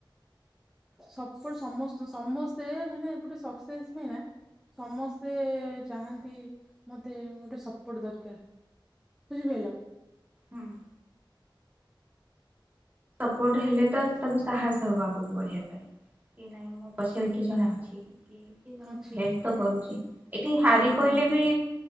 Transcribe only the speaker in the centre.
ସପଟ ସମସ୍ତ ସମସ୍ତେ ମାନେ ଗୋଟେ ସକ୍ସେସ ପାଇଁ ନା ସମସ୍ତେ ଚାହାନ୍ତି ମତେ ଗୋଟେ ସପୋର୍ଟ ଦରକାର। ବୁଝି ପାରିଲ
ହୁଁ
ଅଛି
ନିହାତି
ହଁ